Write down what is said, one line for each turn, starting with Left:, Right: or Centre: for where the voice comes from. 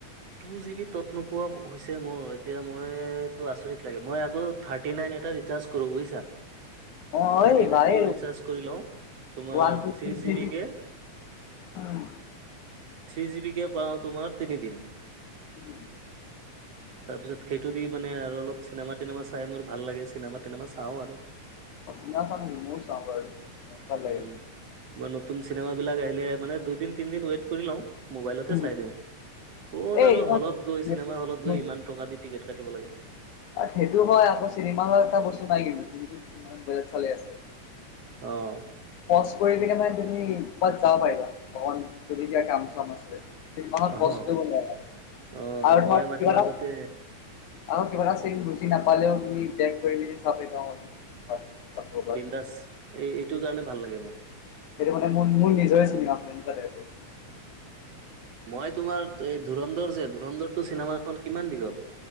Right: টু জি বি ত'ত নোপোৱা হৈছে মোৰ, এতিয়া মইটো আচৰিত লাগে মই আগ থাৰ্টি নাইন এটা ৰিচাৰ্জ কৰো বুজিছা।
Left: অ',
Right: থাৰ্টি
Left: এ ভাই
Right: নাইনটো ৰিচাৰ্জ কৰি লওঁ তোমাৰ
Left: ওৱান <unintelligible>
Right: থ্ৰী জি বি কে
Left: উম।
Right: থ্ৰি জিবি কে পাওঁ, তোমাৰ তিনিদিন
Left: উম।
Right: তাৰপিছত সেইটো দি মানে আৰু অলপ চিনেমা িনেমা চাই মোৰ, ভাল লাগে চিনেমা িনেমা চাওঁ আৰু।
Left: চিনেমা চাও নেকি, মইও চাও বাৰু, ভাল লাগে।
Right: উম, মই নতুন চিনেমা বিলাক আহিলে, মানে দুদিন তিনদিন ৱেইট কৰি লওঁ। মোবাইলতে
Left: উম,
Right: চাই দিওঁ, ক'ত
Left: এই
Right: আৰু
Left: তোমাৰ
Right: হলত গৈ চিনেমা হলত গৈ ইমান টকা দি টিকেট কাটিব লাগে।
Left: তাত সেইটো হয় আকৌ চিনেমা এটা বস্তু নাই কিন্তু যোনটো ইমান বেলেগ চলি আছে।
Right: অ'।
Left: পজ কৰি পিনে মানে তুমি কবাত যাব পাৰিবা, অকণ যদি কিবা কাম চাম আছে। সেই মাহত
Right: অ',
Left: পজ কৰিব নোৱাৰা,
Right: অ',
Left: আৰু
Right: মই
Left: ধৰ
Right: মানে
Left: কিবা
Right: মাজতে
Left: এটা আৰু কিবা এটা চাগে বুজি নাপালেও তুমি বেগ কৰি মেলি চাব পাৰিবা, অ' নাপালো আকৌ এবাৰ
Right: বিন্দাছ,
Left: চাম।
Right: এই এইটোৰ
Left: উম,
Right: কাৰণে ভাল লাগে মোৰ।
Left: সেইটো মানে মোৰ, মোৰ নিজৰে চিনেমা হয় এনেকোৱা টাইপ।
Right: মই তোমাৰ, এই ধুৰনধৰ যে ধুৰনধৰটো চিনেমাখন কিমান দিঘল